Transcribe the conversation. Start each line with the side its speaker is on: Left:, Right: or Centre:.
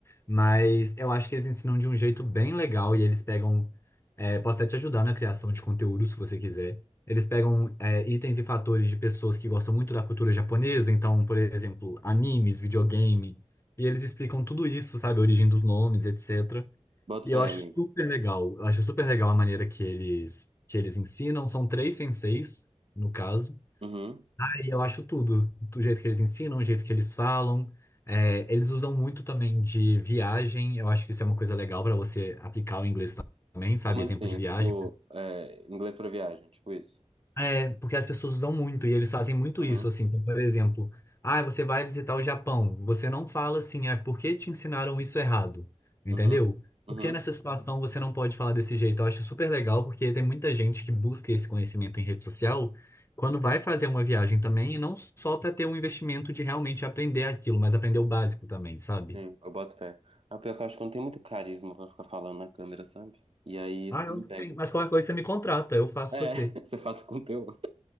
Left: Mas eu acho que eles ensinam de um jeito bem legal e eles pegam. é, posso até te ajudar na criação de conteúdo, se você quiser. Eles pegam, é, itens e fatores de pessoas que gostam muito da cultura japonesa, então, por exemplo, animes, videogame, e eles explicam tudo isso, sabe? A origem dos nomes, etc.
Right: Bota
Left: E
Right: fé,
Left: eu acho
Right: amigo.
Left: super legal. Eu acho super legal a maneira que eles que eles ensinam. São três senseis, no caso.
Right: Uhum.
Left: E eu acho tudo. Do jeito que eles ensinam, do jeito que eles falam. É, eles usam muito também de viagem. Eu acho que isso é uma coisa legal para você aplicar o inglês também, sabe?
Right: Como assim?
Left: Exemplo de viagem.
Right: Tipo, é, inglês pra viagem, tipo isso.
Left: É, porque as pessoas usam muito e eles fazem muito
Right: Uhum.
Left: isso, assim. Então, por exemplo, ah, você vai visitar o Japão. Você não fala assim, ah, por que te ensinaram isso errado? Entendeu?
Right: Uhum. Uhum.
Left: Por que nessa situação você não pode falar desse jeito? Eu acho super legal, porque tem muita gente que busca esse conhecimento em rede social quando vai fazer uma viagem também, e não só para ter um investimento de realmente aprender aquilo, mas aprender o básico também, sabe?
Right: Sim, eu boto fé. A pior que eu acho que eu não tem muito carisma pra ficar falando na câmera, sabe? E aí isso
Left: Ah,
Right: que
Left: eu
Right: me
Left: não
Right: pega.
Left: tenho. Mas qualquer coisa você me contrata, eu faço
Right: É,
Left: para você.
Right: <laughs> você faz o conteúdo.